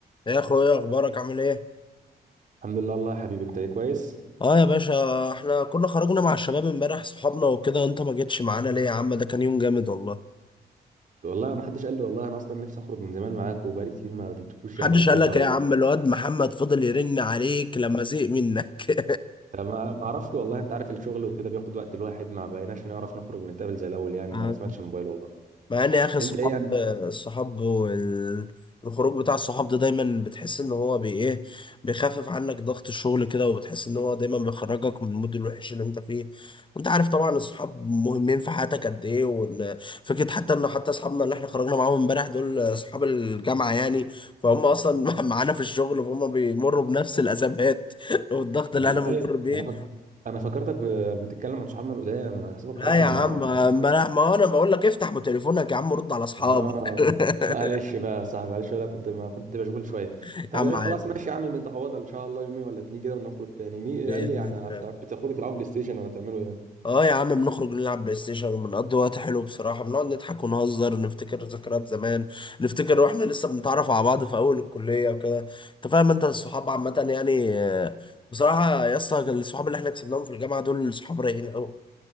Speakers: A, on the left (about 30°); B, on the right (about 50°).
A: يا اخويا اخبارك عامل ايه
B: الحمد لله والله يا حبيبي انت ايه كويس
A: اه يا باشا احنا كنا خرجنا مع الشباب امبارح صحابنا وكده انت ما جيتش معانا ليه يا عم ده كان يوم جامد والله
B: والله ما حدش قال لي والله انا اصلا نفسي اخرج من زمان معاك وبقالي كتير ما قابلتكوش يعني
A: محدش
B: وكده
A: قال لك
B: و...
A: إيه يا عم الواد محمد فضل يرن عليك لما زهق منك
B: طب ما ما اعرفش والله انت عارف الشغل وكده بياخد وقت الواحد ما بقيناش نعرف نخرج ونتقابل زي الاول يعني
A: <laughs> آه.
B: ما سمعتش الموبايل والله
A: مع ان يا اخي الصحاب
B: انت ايه يعني
A: الصحاب وال- الخروج بتاع الصحاب ده دايما بتحس ان هو بي ايه بيخفف عنك ضغط الشغل كده وبتحس ان هو دايما بيخرجك من المود الوحش اللي انت فيه وانت عارف طبعا الصحاب مهمين في حياتك قد ايه وان فكره حتى ان حتى اصحابنا اللي احنا خرجنا معاهم امبارح دول اصحاب الجامعه يعني فهم اصلا <laughs> معانا في الشغل فهم بيمروا بنفس الازمات <laughs> والضغط
B: والله
A: اللي انا بمر بيه
B: انا فك... انا فكرتك ب... بتتكلم عن صحابنا القدام بحسبك
A: لا
B: خرجت
A: يا
B: مع
A: عم امبارح ما انا بقول لك افتح تليفونك يا عم رد على اصحابك
B: اه
A: <laughs>
B: معلش بقى يا صاحبي معلش ولا كنت ما كنت مشغول شويه
A: يا
B: طب
A: عم
B: ايه
A: عادي
B: خلاص ماشي يا عم متعوضه ان شاء الله يومين ولا اتنين كده ونخرج تاني مي...
A: بإذن
B: اي يعني
A: الله
B: بتاع- بتخرجوا تلعبوا بلاي ستيشن ولا تعملوا ايه
A: اه يا عم بنخرج نلعب بلاي ستيشن وبنقضي وقت حلو بصراحة بنقعد نضحك ونهزر نفتكر ذكريات زمان نفتكر واحنا لسه بنتعرف على بعض في أول الكلية وكده انت فاهم انت الصحاب عامة يعني آه، بصراحة يا اسطى الصحاب اللي احنا كسبناهم في الجامعة دول صحاب رايقين أوي